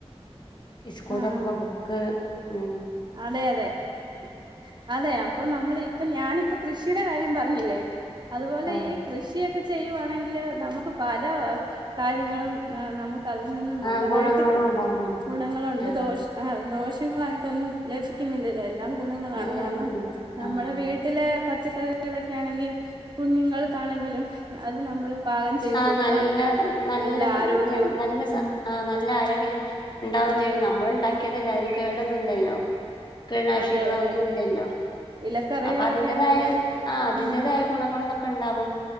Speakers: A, on the left; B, on the right.
A: ഈ സ്കൂൾ
B: ആഹ്
A: തോർക്കുമ്പ ബുക്ക് ഉം
B: അതെ അതെ ഇ അതേ അപ്പം നമ്മള് ഇപ്പം ഞാനിപ്പം കൃഷീടെ കാര്യം പറഞ്ഞില്ലേ? അത്പോലെ
A: ആ
B: ഈ കൃഷിയ ക്ക ചെയ്യുവാണെങ്കിൽ നമുക്ക് പല കാര്യങ്ങളും ആഹ് നമുക്ക് ട്ടതിൽ നിന്നും നല്ലതായിട്ട്
A: ആഹ് ഗുണങ്ങളും
B: കിട്ടും
A: ഉണ്ടാവും നമുക്ക്
B: ഗുണങ്ങളുണ്ട്
A: ആഹ്
B: ദോശ് ആഹ് ദോഷങ്ങളായിട്ടൊന്നും ലഫിക്കുന്നില്ലല്ലോ എല്ലാം ഗുണങ്ങളാണ്
A: ഏഹ്
B: കാരണം
A: ഇല്ല
B: നമ്മളെ
A: ആഹ്
B: വീട്ടിലേ പച്ചക്കറികളൊക്കെ ആണെങ്കി കുഞ്ഞുങ്ങൾക്കാണെങ്കിലും അത് നമ്മള് പാകം ചെയ്ത്
A: ആഹ്
B: കൊടുത്താൽ
A: നല്ല മം
B: നല്ല
A: നല്ലവിത്
B: ആരോഗ്യവും
A: നല്ല സ
B: ഉം
A: ആഹ് നല്ല ആരോഗ്യം ഉണ്ടാവുചെയ്യും നമ്മള് ഉണ്ടാക്കിയതല്ലേ അയ്ന് കേടൊന്നുല്ലല്ലോ കീടനാശിനികളോ
B: അതെ അതെ
A: ഒന്നും ഇല്ലല്ലോ
B: ഇലക്കറികളൊക്കെ
A: അപ്പൊ അതിൻ്റെതായ,
B: ആണെങ്കിൽ
A: ആഹ് അതിൻ്റെതായ
B: ഉം
A: ഗുണങ്ങളൊക്കെ ഉണ്ടാവും